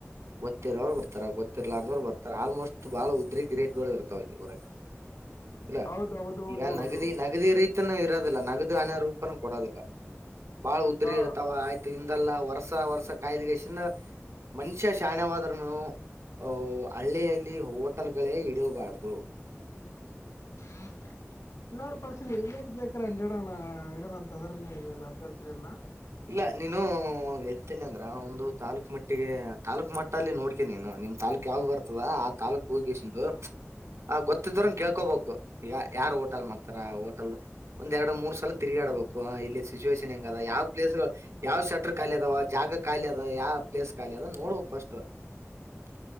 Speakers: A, on the right; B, on the left.
A: ಗೊತ್ತಿರೋರು ಬರ್ತಾರ ಗೊತ್ತಿರ್ಲಾರವ್ರು ಬರ್ತಾರ ಆಲ್ಮೋಸ್ಟ್ ಬಹಳ ಉದ್ರಿ ಗ್ರೇಕ್ಗಳು ಇರ್ತಾವ ಅಲ್ಲಿ ಹೊರಗೆ ಅಲ್ಲ
B: ಹೌದು ಹೌದು ಹೌದು
A: ಈಗ
B: ಹೌದು
A: ನಗದಿ ನಗದಿ ರೀತಿ ಇರೋದಿಲ್ಲ ನಗದು ಅಣ ರೂಪನ ಕೊಡೋದಿಲ್ಲ ಬಾಳ ಉದ್ರಿ
B: ಹಾ
A: ಇರ್ತಾವ ಆಯ್ತು ಇ ಇದಲ್ಲ ವರ್ಸ ವರ್ಸ ಕಾಯ್ದಿಗೆಸಿಂದ ಮನುಷ್ಯ ಶಾಣೆವಾದ್ನು ಅ ಹಳ್ಳಿಯಲ್ಲಿ ಹೋಟಲ್ ಗಳೇ ಇಡಬಾರ್ದು
B: ್ಮ ನೋಡ್ ಪರ್ಸ ನೀ ಇ ಬೇಕಾರಲ್ಲಿ ಇಡ ಇಡ ನ ತದರನ ಇಲ್ಲ ಅಭ್ಯಂತರ ಎಲ್ಲಾ
A: ಇಲ್ಲ ನೀನು ಎಂತ ಅಂದ್ರ ಒಂದು ತಾಾಲೂಕ್ ಮಟ್ಟಿಗೆ ತಾಲೂಕ್ ಮಟ್ಟ ಅಲ್ಲಿ ನೋಡ್ಕ ನೀನು ನಿಮ್ ತಾೂಕ್ ಯಾವ್ದು ಬರ್ತದ ಆ ತಾಾಲಕ್ ಹೋಗಸಂದು ಆ ಗೊತ್ತಿದ್ರುಂಗ ಕೇಳ್ಕೋಬೇಕು ಈಗ ಯಾರ್ ಹೋಟೆಲ್ ಮಾಡ್ತಾರ ಹೋಟೆಲ್ ಒಂದ್ರಡು ಮೂರ್ ಸಲ ತಿರ್ಗಾ ಡಬೇಕು ಇಲ್ಲಿ ಸಿಚುುವೇಶಷನ್ ಹೆಂಗ ಅ ಯಾವ ಪ್ಲೇಸ್ ಯಾವ್ ಸೆಕ್ಟರ್ ಖಾಲಿ ಅದಾವ ಜಾಗ ಖಾಲಿ ಅದ ಯಾವ ಪ್ಲೇಸ್ ಾಲಿ ಅದ ನೋಡ್ಬಬೇಕಕ್ ಫಸ್ಟ್ <inaudible>